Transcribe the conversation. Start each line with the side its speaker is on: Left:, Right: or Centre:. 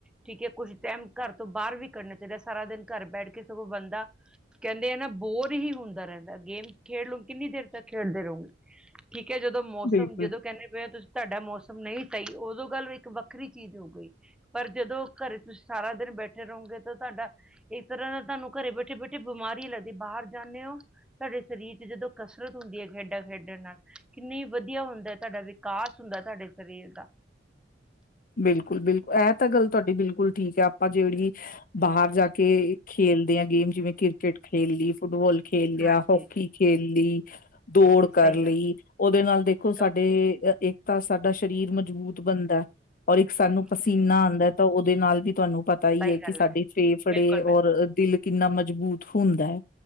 Centre: ਠੀਕ ਹੈ ਕੁਛ ਟਾਈਮ ਘਰ ਤੋਂ ਬਾਹਰ ਵੀ ਕੱਢਣਾ ਚਾਹੀਦਾ ਸਾਰਾ ਦਿਨ ਘਰ ਬੈਠ ਸਗੋਂ ਬੰਦਾ ਕਹਿੰਦੇ ਹੈ ਨਾ ਬੋਰ ਹੀ ਹੁੰਦਾ ਰਹਿੰਦਾ ਗੇਮ ਖੇਡ ਲ ਨੂੰ ਕਿੰਨੀ ਦੇਰ ਤੱਕ ਖੇਡਦੇ ਰਹੋਗੇ ਠੀਕ ਹੈ ਜਦੋਂ ਮੌਸਮ
Left: ਬਿਲਕੁਲ
Centre: ਜਦੋਂ ਕਹਿੰਦੇ ਪਏ ਹੋ ਤੁਸੀਂ ਤੁਹਾਡਾ ਮੌਸਮ ਨਹੀਂ ਸਹੀ ਉਦੋਂ ਗੱਲ ਵਿੱਚ ਵੱਖਰੀ ਚੀਜ਼ ਹੋ ਗਈ ਪਰ ਜਦੋਂ ਘਰੇ ਤੁਸੀਂ ਸਾਰਾ ਦਿਨ ਬੈਠੇ ਰਹੋਗੇ ਤਾਂ ਤੁਹਾਡਾ ਇੱਕ ਤਰ੍ਹਾਂ ਤੁਹਾਨੂੰ ਘਰੇ ਬੈਠੇ ਬੈਠੇ ਬਿਮਾਰੀ ਹੀ ਲੱਗਦੀ ਬਾਹਰ ਜਾਂਦੇ ਹੋ ਤੁਹਾਡੇ ਸਰੀਰ ਚ ਜਦੋਂ ਕਸਰਤ ਹੁੰਦੀ ਹੈ ਖੇਡਾਂ ਖੇਡਣ ਨਾਲ ਕਿੰਨੀ ਵਧੀਆ ਹੁੰਦਾ ਤੁਹਾਡਾ ਵਿਕਾਸ ਹੁੰਦਾ ਤੁਹਾਡੇ ਸਰੀਰ ਦਾ
Left: ਬਿਲਕੁਲ ਬਿਲਕੁਲ ਇਹ ਤਾਂ ਗੱਲ ਤੁਹਾਡੀ ਬਿਲਕੁਲ ਠੀਕ ਹੈ ਆਪਾਂ ਜਿਹੜੀ ਬਾਹਰ ਜਾ ਕੇ ਖੇਲਦੇ ਹਾਂ ਗੇਮ ਜਿਵੇਂ ਕ੍ਰਿਕਟ ਖੇਲ ਲਈ ਫੁੱਟਬਾਲ ਖੇਲਿਆ
Centre: ਹਾਂਜੀ
Left: ਹੋਕੀ ਖੇਲ ਲੀ ਦੌੜ ਕਰ
Centre: ਸਹੀ
Left: ਲਈ ਉਹਦੇ ਨਾਲ ਦੇਖੋ
Centre: ਗੱਲ
Left: ਸਾਡੇ ਅ ਇੱਕ ਤਾਂ ਸਾਡਾ ਸਰੀਰ ਮਜ਼ਬੂਤ ਬਣਦਾ ਔਰ ਇੱਕ ਸਾਨੂੰ ਪਸੀਨਾ
Centre: ਸਹੀ ਗੱਲ
Left: ਆਉਂਦਾ ਤਾਂ ਦੇ ਨਾਲ ਵੀ ਤੁਹਾਨੂੰ ਪਤਾ ਹੀ
Centre: ਸਹੀ
Left: ਹੈ
Centre: ਗੱਲ
Left: ਕਿ ਸਾਡੇ ਫੇਫੜੇ
Centre: ਬਿਲਕੁਲ ਬਿਲਕੁਲ
Left: ਔਰ ਦਿਲ ਕਿੰਨਾ ਮਜ਼ਬੂਤ ਹੁੰਦਾ ਹੈ